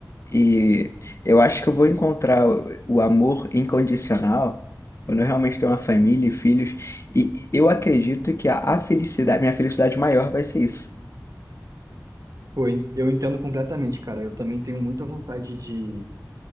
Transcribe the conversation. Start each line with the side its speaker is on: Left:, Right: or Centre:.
Left: E eu acho que eu vou encontrar o o amor incondicional quando eu realmente tenho uma família e filhos. E eu acredito que a, a felicidade, minha felicidade maior vai ser isso.
Right: Pô, eu entendo completamente, cara. Eu também tenho muita vontade de,